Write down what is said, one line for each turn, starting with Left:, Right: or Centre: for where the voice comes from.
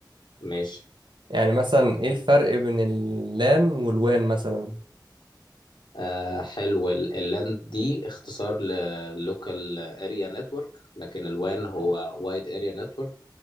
Left: ماشي
Right: يعني مثلا ايه الفرق بين اللان والوان مثلا
Left: آه حلو ال- اللاند دي اختصار للوكال اريا نتورك لكن الوان هو وايد اريا نتورك